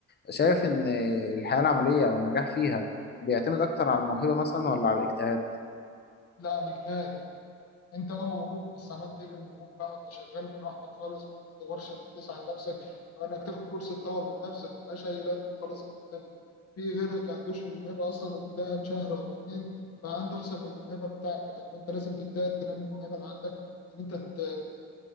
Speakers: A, on the left; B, on the left.
A: شايف ان الحياه العمليه او النجاح فيها بيعتمد اكتر على الموهبه مثلا ولا على الاجتهاد
B: لا الاجتهاد انت اه موهوب بس عملت ايه بالموهوب بقى وانت شغال براحتك خالص ما بتدورش انك تسعى لنفسك او انك تاخد كورس تطور من نفسك ملهاش اي لازمه خالص الموهبه في غيرك ما عندوش الموهبه اصلا واجتهد شهر او اتنين بقى عنده احسن من الموهبه بتاعتك وانت لازم تجتهد تنمي الموهبه اللي عندك ان انت ت...